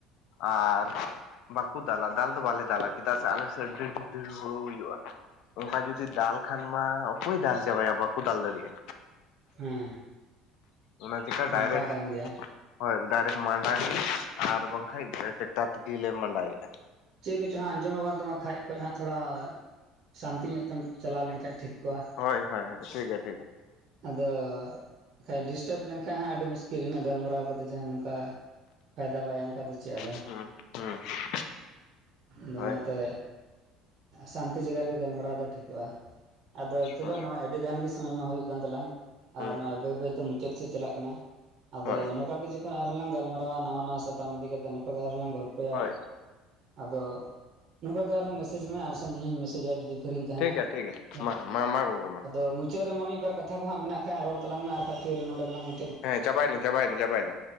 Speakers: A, on the left; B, on the right.
A: ᱟᱨ ᱵᱟᱠᱚ ᱫᱟᱞᱟ ᱫᱟᱞ ᱫᱚ ᱵᱟᱞᱮ ᱫᱟᱞᱟ ᱪᱮᱫᱟᱜ ᱥᱮ ᱟᱞᱮ ᱥᱮ ᱰᱷᱤᱨ ᱰᱷᱤᱨ ᱦᱩᱲᱩ ᱦᱩᱭᱩᱜᱼᱟ ᱚᱱᱠᱟ ᱡᱩᱫᱤ ᱫᱟᱞ ᱠᱷᱟᱱ ᱢᱟ ᱚᱠᱚᱭ ᱫᱟᱞ ᱪᱟᱵᱟᱭᱟ ᱵᱟᱠᱚ ᱫᱟᱞ ᱫᱟᱲᱤᱜᱼᱟ
B: ᱦᱮᱸ
A: ᱚᱱᱟ ᱪᱮᱠᱟ ᱰᱟᱭᱨᱮᱴ
B: ᱚᱱᱠᱟ ᱠᱟᱱ ᱜᱮᱭᱟ
A: ᱦᱳᱭ ᱰᱟᱭᱨᱮᱴ ᱢᱟᱸᱰᱟ ᱠᱮᱜ ᱜᱮ ᱟᱨ ᱵᱟᱝᱠᱷᱟᱡ ᱴᱨᱟᱠᱴᱟᱨ ᱛᱮᱜᱮ ᱞᱤ ᱢᱟᱸᱰᱟᱭᱮᱫᱼᱟ
B: ᱪᱤᱜ ᱠᱚᱪᱚ ᱦᱟᱸᱜ ᱟᱸᱡᱚᱢᱚᱜ ᱠᱟᱱ ᱛᱟᱢᱟ ᱠᱷᱟᱡ ᱠᱷᱚᱡ ᱦᱟᱸᱜ ᱛᱷᱚᱲᱟ ᱥᱟᱱᱛᱤ ᱧᱚᱜ ᱛᱮᱢ ᱪᱟᱞᱟᱣ ᱞᱮᱱ. ᱠᱷᱟᱡ ᱴᱷᱤᱠ ᱠᱚᱜᱼᱟ
A: ᱦᱚᱭ ᱦᱚᱭ ᱴᱷᱤᱠ ᱜᱮ ᱴᱷᱤᱠ ᱜᱮ
B: ᱟᱫᱚ ᱵᱟᱠᱷᱟᱡ ᱰᱤᱥᱴᱟᱵᱽ ᱞᱮᱱᱠᱷᱟᱡ ᱦᱟᱸᱜ ᱟᱹᱰᱤ ᱢᱩᱥᱠᱤᱞ ᱩᱱᱟᱹᱜ ᱜᱟᱞᱢᱟᱨᱟᱣ ᱠᱟᱛᱮᱜ ᱡᱟᱦᱟᱸ ᱱᱚᱝᱠᱟ ᱯᱷᱟᱭᱫᱟ ᱵᱟᱭ ᱮᱢ ᱠᱟᱫᱟ ᱫᱚ ᱪᱤᱫ ᱟᱫᱚ
A: <inaudible>
B: ᱫᱚ
A: ᱦᱳᱭ
B: ᱚᱱᱟᱛᱮ ᱥᱟᱱᱛᱤ ᱡᱟᱭᱜᱟ ᱨᱮᱜᱮ ᱜᱟᱞᱢᱟᱨᱟᱣ ᱫᱚ ᱴᱷᱤᱠᱚᱜᱼᱟ᱾ ᱟᱫᱚ ᱪᱚᱞᱚ
A: ᱦᱳᱭ
B: ᱱᱚᱜᱼᱚᱭ ᱟᱹᱰᱤ ᱜᱟᱱ ᱜᱮ ᱥᱩᱢᱟᱹᱭ ᱢᱟ ᱦᱳᱭᱳᱜ ᱠᱟᱱ ᱛᱟᱞᱟᱝ
A: ᱦᱩᱸ
B: ᱟᱨ ᱱᱚᱜᱼᱚᱭ ᱵᱟᱹᱭ ᱵᱟᱹᱭᱛᱮ ᱢᱩ ᱪᱮᱫ ᱥᱮᱫ ᱪᱟᱞᱟᱜ ᱠᱟᱱᱟ ᱟᱫᱚ
A: ᱦᱳᱭ
B: ᱱᱚᱝᱠᱟ ᱜᱮ <inaudible> ᱟᱨᱦᱚᱸᱞᱟᱝ ᱜᱟᱞᱢᱟᱨᱟᱣᱟ ᱱᱟᱣᱟ ᱱᱟᱣᱟ ᱥᱟᱛᱟᱢ ᱤᱫᱤ ᱠᱟᱛᱮ ᱱᱚᱠᱟ ᱜᱮ ᱟᱨᱦᱚᱸᱞᱟᱝ ᱜᱚᱞᱯᱚᱭᱟ
A: ᱦᱳᱭ
B: ᱟᱫᱚ ᱱᱚᱠᱟ ᱜᱮ ᱟᱨᱦᱚᱸ ᱢᱮᱥᱡᱽ ᱢᱮ ᱟᱨ ᱥᱮ ᱤᱧ ᱦᱚᱸᱧ ᱢᱮᱥᱮᱡᱟ ᱡᱩᱫᱤ ᱯᱷᱤᱨᱤᱧ ᱛᱟᱦᱮᱱᱟ
A: ᱴᱷᱤᱠ ᱜᱮᱭᱟ ᱴᱷᱤᱠ ᱜᱮᱭᱟ
B: ᱱᱤᱛᱚᱜ
A: ᱢᱟ ᱢᱟ ᱢᱟ ᱜᱚᱝᱠᱮ ᱢᱟ
B: ᱟᱫᱚ ᱢᱩ ᱢᱩᱪᱟᱹ ᱨᱮ ᱢᱟ ᱢᱤᱜᱵᱟᱨ ᱠᱟᱛᱷᱟ ᱠᱚ ᱦᱟᱸ ᱢᱮᱱᱟᱜ ᱠᱷᱟᱡ ᱨᱚᱲ ᱛᱟᱞᱟᱝ ᱢᱮ ᱟᱨ ᱠᱷᱟᱡ ᱯᱷᱮᱨ ᱱᱚᱰᱮ ᱜᱮᱞᱟᱝ ᱢᱩ
A: ᱦᱮᱸ ᱪᱟᱵᱟᱭᱮᱱ ᱪᱟᱵᱟᱭᱮᱱ ᱪᱟᱵᱟᱭᱱᱟ